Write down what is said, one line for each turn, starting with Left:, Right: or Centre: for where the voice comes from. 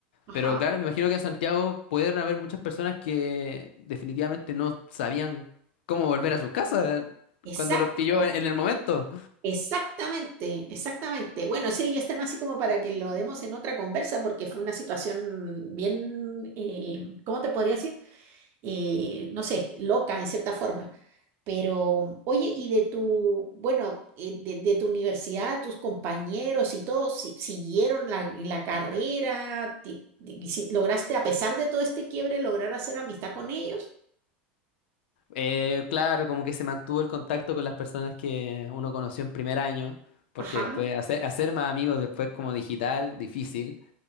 Right: Ajá.
Left: pero claro, me imagino que en Santiago pudieron haber muchas personas que definitivamente no sabían cómo volver a sus casas
Right: Exacto,
Left: cuando los pilló en, en el momento.
Right: exactamente, exactamente. Bueno, sí, este más así como para que lo demos en otra conversa, porque fue una situación bien, eh, ¿cómo te podría decir? Eh, no sé, loca en cierta forma. Pero, oye, y de tu, bueno, eh, de, de tu universidad, tus compañeros y todos si- siguieron la, la carrera, Ti- di- y si, lograste, a pesar de todo este quiebre, lograr hacer amistad con ellos.
Left: Eh, claro, como que se mantuvo el contacto con las personas que uno conoció en primer año, porque
Right: Ajá.
Left: después hacer, hacer más amigos después como digital, difícil.